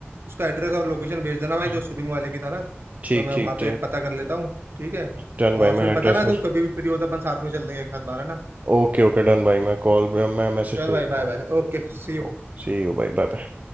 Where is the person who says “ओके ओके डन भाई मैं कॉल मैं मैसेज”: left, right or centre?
Right